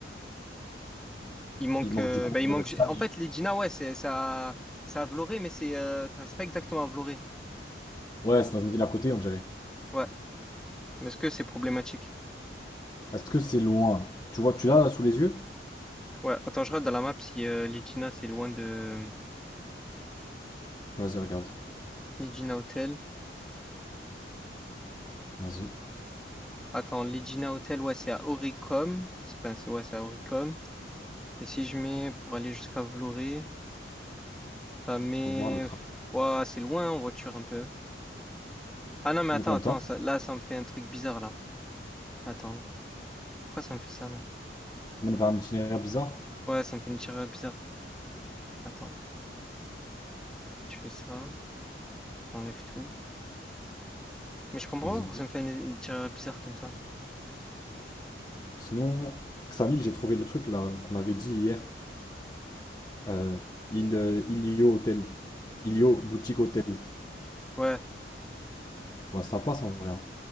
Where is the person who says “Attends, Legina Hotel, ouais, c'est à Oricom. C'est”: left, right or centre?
Centre